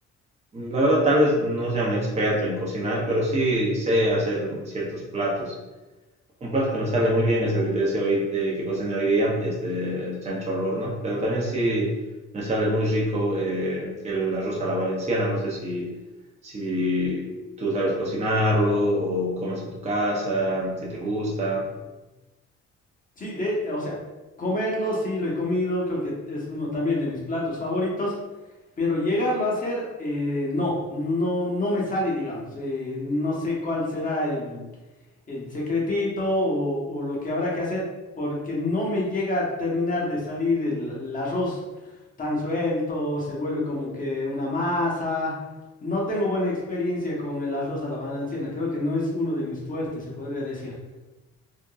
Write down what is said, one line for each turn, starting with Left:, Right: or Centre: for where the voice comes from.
Right: la verdad tal vez no sea un experto en cocinar, pero sí sé hacer ciertos platos. Un plato que me sale muy bien es el que te decía hoy, eh, que cociné hoy día, este chancho al horno, pero también sí me sale muy rico eh, el arroz a la valenciana, no sé si, si tú sabes cocinarlo o comes en tu casa, si te gusta.
Left: Sí, de, eh, o sea, comerlo, sí, lo he comido, creo que es uno también de mis platos favoritos, pero llegarlo a hacer, eh, no, no, no me sale, digamos. eh, no sé cuál será el, el secretito o, o lo que habrá que hacer porque no me llega a terminar de salir el, el arroz tan suelto, se vuelve como que una masa. No tengo buena experiencia con el arroz a la valenciana, creo que no es uno de mis fuertes, se podría decir.